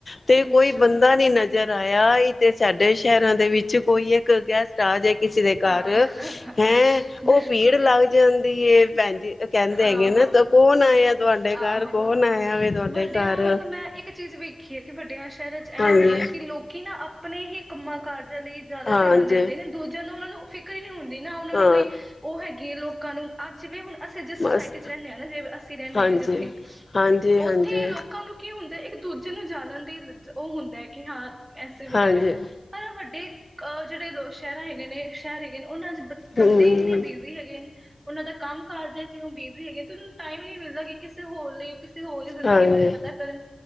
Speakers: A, on the left; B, on the right.
A: ਤੇ
B: ਅੱਛਾ।
A: ਕੋਈ ਬੰਦਾ ਨੀ ਨਜ਼ਰ ਆ ਆਇ ਤੇ ਸਾਡੇ ਸ਼ਹਿਰਾਂ ਦੇ ਵਿੱਚ ਕੋਈ ਇੱਕ ਗੈਸਟ ਆ ਜੇ ਕਿਸੇ ਦੇ
B: ਆਹ
A: ਘਰ ਹੈਂ
B: ਬਿਲਕੁਲ
A: ਉਹ ਭੀੜ ਲੱਗ ਜਾਂਦੀ ਏ ਭੈਣ ਜੀ ਕਹਿੰਦੇ ਹੈਗੇ
B: ਆਹੋ
A: ਨਾ ਕੌਣ ਆਏ ਆ ਤੁਹਾਡੇ ਘਰ
B: ਆਹੋ
A: ਕੌਣ ਆਇਆ ਵੇ ਤੁਹਾਡੇ?
B: ਮੈਂ
A: ਘਰ
B: ਇੱਕ ਚੀਜ਼ ਵੇਖੀ ਹੈ ਕਿ ਵੱਡਿਆਂ ਸ਼ਹਿਰਾਂ ਚ' ਐਹ
A: ਹਾਂਜੀ
B: ਹੁੰਦਾ ਕਿ ਲੋਕੀ ਨਾ ਆਪ ਆਪਣੇ ਹੀ ਕੰਮਾਂ ਕਾਰ <unintelligible> ਲਈ ਜ਼ਿਆਦਾ
A: ਹਾਂਜੀ
B: ਧਿਆਨ ਦਿੰਦੇ ਨੇ ਦੂਜਿਆਂ ਨੂੰ ਉਹਨਾਂ ਨੂੰ ਫਿਕਰ ਹੀ ਨਹੀਂ ਹੁੰਦੀ ਨਾ ਉਹਨਾਂ
A: ਹਾਂ
B: ਨੂੰ ਕੋਈ ਉਹ ਹੈਗੀ ਹੈ ਲੋਕਾਂ ਨੂੰ ਆਹ ਜਿਵੇਂ ਹੁਣ ਅਸੀਂ ਜਿਸ
A: ਬਸ
B: ਸੋਸਾਇਟੀ ਚ ਰਹਿੰਦੇ ਹਾਂ ਨਾ ਜੇਵੇਂ ਅਸੀਂ ਰਹਿੰਦੇ
A: ਹਾਂਜੀ
B: ਹਾਂ ਜਿੱਥੇ
A: ਹਾਂਜੀ ਹਾਂਜੀ
B: ਉੱਥੇ ਲੋਕਾਂ ਨੂੰ ਕੀ ਹੁੰਦਾ ਇੱਕ ਦੂਜੇ ਨੂੰ ਜਾਲਣ ਦੀ ਉਹ ਹੁੰਦਾ ਹੈ ਕਿ ਹਾਂ ਐਸੇ ਵਗੈਰਾ
A: ਹਾਂਜੀ
B: ਪਰ ਵੱਡੇ ਅਹ ਜਿਹੇ ਦੋ ਸ਼ੇਹਰਾ ਹੈਗੇ ਨੇ ਇੱਕ ਸ਼ਹਿਰ ਹੈਗੇ ਉਹਨਾਂ ' ਬੰਦੇ
A: ਹਮ
B: ਹੀ ਇਨੇ ਬਿਜੀ ਹੈਗੇ ਨੇ ਉਹਨਾਂ ਦਾ ਕੰਮ ਕਾਰਜਾਂ ਚਂ ਬਿਜ਼ੀ ਹੈਗੇ ਤੇ ਉਹਨਾ ਨੂੰ ਟਾਈਮ ਨੀ ਮਿਲਦਾ ਕਿ ਕਿਸੇ ਹੋਰ ਲਈ ਕਿਸੇ ਕਿਸੇ ਹੋਰ ਦੀ ਜ਼ਿੰਦਗੀ
A: ਹਾਂਜੀ,
B: ਬਾਰੇ ਪਤਾ ਕਰਨ